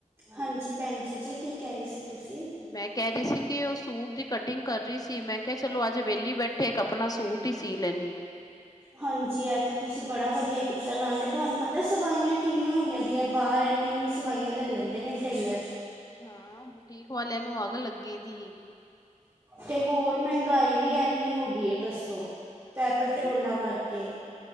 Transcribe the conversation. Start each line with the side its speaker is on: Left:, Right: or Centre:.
Right: ਹਾਂਜੀ, ਭੈਣ ਜੀ ਜੀ ਕੀ, ਕਹਿ ਰਹੀ ਸੀ। ਤੁਸੀਂ?
Left: ਮੈਂ ਕਹਿ ਰਹੀ ਸੀ, ਕਿ ਉਹ ਸੂਟ ਦੀ ਕਟਿੰਗ ਕਰ ਰਹੀ ਸੀ, ਮੈਂ ਕਿਹਾ ਚਲੋ ਅੱਜ ਵੇਲੀ ਬੈਠੇ ਇੱਕ ਆਪਣਾ ਸੂਟ ਹੀ ਸੀ ਲੈਂਨੀ ਹਾਂ।
Right: ਹਾਂਜੀ ਇਹ ਤਾਂ ਤੁਸੀਂ ਬੜਾ ਵਧੀਆ ਕੀਤਾ ਨਾਲੇ ਤੁਹਾਨੂੰ ਪਤਾ ਸਵਾਈਆਂ ਕਿੰਨੀਆਂ ਹੋਈਆਂ ਦੀਆਂ ਬਾਹਰ ਇਨੀ ਇਨੀ ਸਵਾਈਆਂ ਲੈ ਲੈਂਦੇ ਨੇ ਟੇਲਰ
Left: ਹਾਂ ਬੁਟੀਕ ਵਾਲਿਆਂ ਨੂੰ ਅੱਗ ਲੱਗੇ ਦੀ ਹੈਗੀ।
Right: ਤੇ ਹੋਰ ਮਹਿੰਗਾਈ ਵੀ ਐਨੀ ਹੋ ਗਈ ਦੱਸੋ। ਪੈ ਪੈਟਰੋਲਾਂ
Left: ਸਹੀ ਗੱਲ
Right: ਕਰਕੇ